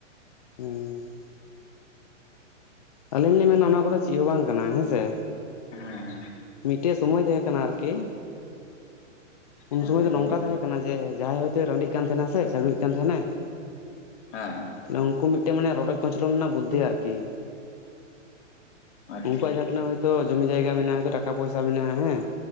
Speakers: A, on the left; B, on the left.
A: ᱦᱩᱸ᱾ ᱟᱹᱞᱤᱧ ᱞᱤᱧ ᱢᱮᱱᱟ ᱚᱱᱟ ᱠᱚᱫᱚ ᱪᱮᱜ ᱦᱚᱸ ᱵᱟᱝ ᱠᱟᱱᱟ ᱦᱮᱸᱥᱮ
B: ᱦᱮᱸ
A: ᱢᱤᱫᱴᱮᱡ ᱥᱚᱢᱚᱭ ᱛᱟᱦᱮᱸ ᱠᱟᱱᱟ ᱟᱨᱠᱤ ᱩᱱ
B: ᱦᱮᱸ
A: ᱥᱩᱢᱚᱭ ᱫᱚ
B: ᱞᱟᱹᱭᱵᱮᱱ
A: ᱱᱚᱝᱠᱟ ᱛᱟᱦᱮᱸ ᱠᱟᱱᱟ ᱡᱮ, ᱡᱟᱦᱟᱸᱭ ᱦᱚᱭᱛᱳ ᱨᱟᱸᱰᱤᱜ ᱠᱟᱱ ᱛᱟᱦᱮᱸᱱᱟ ᱥᱮ ᱪᱟᱰᱭᱤᱜ ᱠᱟᱱ ᱛᱟᱦᱮᱱᱟᱭ ᱾
B: ᱦᱮᱸ᱾
A: ᱱᱩᱝᱠᱩ ᱢᱤᱫᱴᱮᱱ ᱢᱟᱱᱮ ᱨᱚᱰᱚᱡ ᱠᱚᱪᱚᱞᱚᱱ ᱨᱮᱱᱟᱜ ᱵᱩᱫᱽᱫᱷᱤ ᱟᱨᱠᱤ᱾
B: ᱟᱪᱪᱷᱟ
A: ᱩᱱᱠᱩᱣᱟᱜ ᱡᱟᱦᱟᱸ ᱛᱤᱱᱟᱹᱜ ᱦᱚᱭᱛᱳ ᱡᱚᱢᱤ ᱡᱟᱭᱜᱟ ᱢᱮᱱᱟᱜᱼᱟ, ᱴᱟᱠᱟ ᱯᱚᱭᱥᱟ ᱢᱮᱱᱟᱜᱼᱟ ᱦᱮᱸᱼᱼ